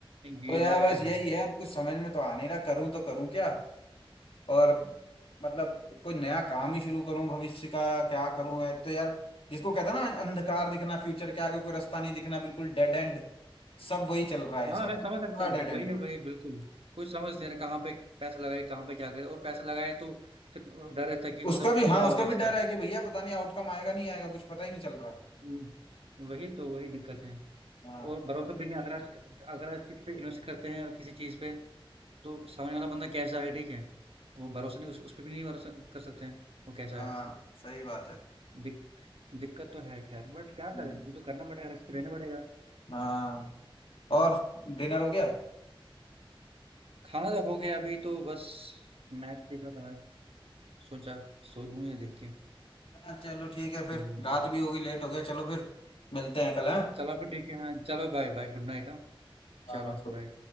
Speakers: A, on the right; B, on the left.
A: ये
B: तो यार
A: बात
B: बस
A: तो
B: यही
A: है।
B: है अब कुछ समझ में तो आ नहीं रहा करूं तो करूं क्या और मतलब कोई नया काम ही शुरू करूं भविष्य का क्या करूं है तो यार जिसको कहते हैं ना अंधकार दिखना फ्यूचर के आगे कोई रास्ता नहीं दिखना बिल्कुल डेड एंड सब वही चल रहा है हिसाब
A: हाँ, मैं
B: से
A: समझ
B: पूरा
A: सकता हूँ।
B: डेड एंड
A: वही,
B: है
A: वही बिल्कुल। कुछ समझ नहीं रहा कहाँ पे पैसा लगाए, कहाँ पे क्या करे और पैसा लगाए तो फिर अ, डर रहता है कि मतलब
B: उसका भी हाँ
A: क्या होगा
B: उसका भी
A: इसका?
B: डर है कि भैया पता नहीं आउटकम आएगा नहीं आएगा कुछ पता ही नहीं चल रहा है
A: हुँ, वही तो, वही दिक्कत है
B: हाँ
A: और भरोसा भी नहीं अगर आज अगर आज किसी पे इन्वेस्ट करते हैं किसी चीज़ पे तो सामने वाला बंदा कैसा है, ठीक है? वो भरोसा नहीं उस उसपे भी नहीं भरोसा कर सकते हैं, वो कैसा
B: हाँ
A: है।
B: सही बात है
A: दिक दिक्कत तो है खैर बट क्या
B: हम्म,
A: करे वो तो करना पड़ेगा रिस्क तो लेना पड़ेगा
B: हाँ और डिनर हो गया
A: खाना तो हो गया अभी तो बस मैच देख रहा था मैं सोचा सो लूं ये देख के
B: हाँ चलो ठीक है फिर
A: हम्म
B: रात भी होगी लेट हो गया चलो फिर मिलते हैं कल हैं
A: चलो फिर ठीक है हाँ चलो बाय बाय गुड नाइट हाँ
B: हाँ
A: चलो
B: हाँ
A: बाय